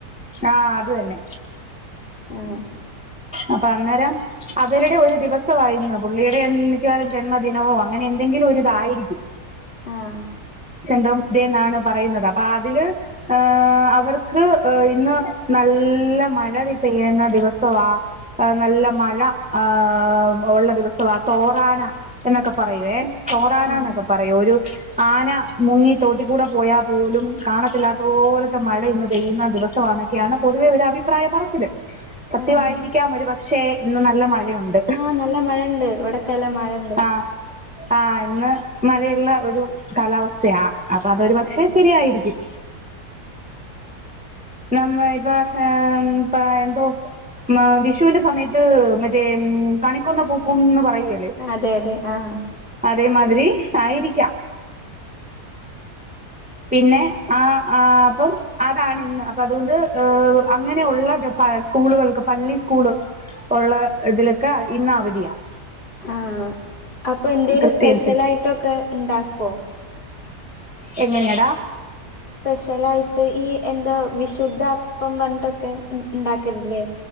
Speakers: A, in the centre; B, on the left.
A: ആഹ് അത് തന്നെ
B: ആഹ്
A: അപ്പൊ അന്നേരം അവരുടെ ഒരു ദിവസവാ ഇന്ന് പുള്ളിയുടെ മിക്കവാറും ജന്മദിനവോ അങ്ങനെ എന്തെങ്കിലും ഒരു ഇതായിരിക്കും
B: ആഹ്
A: സെന്റ് തോമസ് ഡേ എന്നാണ് പറയുന്നത് അപ്പൊ അതില് ഏഹ് അവർക്ക് ഇന്ന് നല്ല മഴ പെയ്യുന്ന ദിവസവാ ആഹ് നല്ല മഴ ആഹ് ഉള്ള ദിവസവ തോറാന എന്നൊക്കെ പറയുവേ സോറാന
B: ആഹ്
A: എന്നൊക്കെ പറയൂ ഒരു ആന മുങ്ങി തോട്ടിക്കൂടെ പോയാൽ പോലും കാണത്തില്ലാത്ത പോലത്തെ മഴ ഇന്ന് പെയ്യുന്ന ദിവസമാണ് <unintelligible> പൊതുവെ ഒരു അഭിപ്രായം പറച്ചില് സത്യമായിരിക്കാം
B: ആഹ്
A: ഒരു പക്ഷെ ഇന്ന് നല്ല മഴയുണ്ട്
B: ആഹ് നല്ല മഴ ഉണ്ട് ഇവിടക്കെല്ലാം മഴ ഉണ്ട്
A: ആഹ് ആഹ് ഇന്ന് മഴയുള്ള ഒരു കാലാവസ്ഥയാ അപ്പൊ അതൊരു പക്ഷേ
B: ആഹ്
A: ശരിയായിരിക്കും നമ്മയ് പഹ ഉം പഴന്തോ ന്നാ വിഷുവിന്റെ സമയത്ത് മറ്റേ ഉം കണിക്കൊന്ന പൂക്കുന്ന് പറയില്ലേ
B: അതെ അതെ ആഹ്
A: അതേമാരി ആയിരിക്കാം പിന്നെ ആ ആ അപ്പം അതാാണ് ഇന്ന് അപ്പ അതുകൊണ്ട് അങ്ങനെയുള്ള ജപ്പ സ്കൂളുകൾക്ക് പള്ളി സ്കൂള് ഉള്ള ഇതിലൊക്കെ ഇന്ന് അവധിയാണ്
B: ആഹ് അപ്പൊ എന്തേലും
A: ക്രിസ്ത്യൻസിന്
B: സ്പെഷ്യലായിട്ടൊക്കെ ഇണ്ടാക്കോ
A: എങ്ങനെയാടാ
B: സ്പെഷ്യലായിട്ട് ഈ എന്താ വിശുദ്ധ അപ്പം പറഞ്ഞിട്ടൊക്കെ ഇന് ഇണ്ടാക്കല് ഇല്ലേ